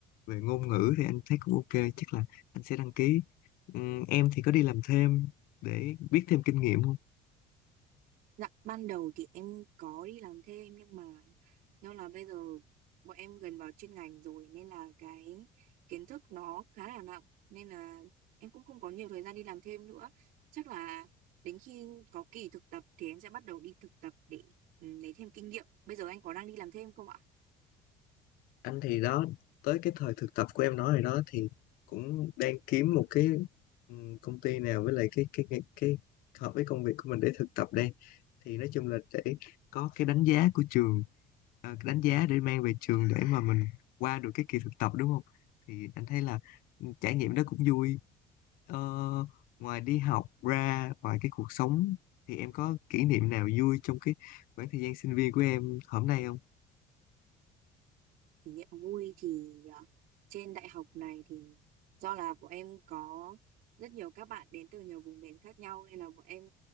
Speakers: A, on the left (about 75°); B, on the right (about 70°).
A: về ngôn ngữ thì anh thấy cũng ok. Chắc là anh sẽ đăng ký. Ừm, em thì có đi làm thêm để biết thêm kinh nghiệm
B: Dạ, ban đầu thì em có đi làm thêm nhưng mà do là bây giờ bọn em gần vào chuyên ngành rồi nên là cái kiến thức nó khá là nặng nên là em cũng không có nhiều thời gian đi làm thêm nữa. Chắc là đến khi có kỳ thực tập thì em sẽ bắt đầu đi thực tập để ừ, lấy thêm kinh nghiệm. Bây giờ anh có đang đi làm thêm không ạ?
A: anh thì đó tới cái thời thực tập của em nói rồi đó thì cũng đang kiếm một cái ừm, công ty nào với lại cái cái cái, cái hợp với công việc của mình để thực tập đây thì nói chung là để có cái đánh giá của trường à, cái đánh giá để mang về trường để mà mình qua được cái kỳ thực tập đúng không thì anh thấy là ừ, trải nghiệm đó cũng vui ờ, ngoài đi học ra ngoài cái cuộc sống thì em có kỷ niệm nào vui trong cái khoảng thời gian sinh viên của em hôm nay không
B: Kỷ niệm vui thì ờ, trên đại học này thì do là bọn em có rất nhiều các bạn đến từ nhiều vùng miền khác nhau nên là bọn em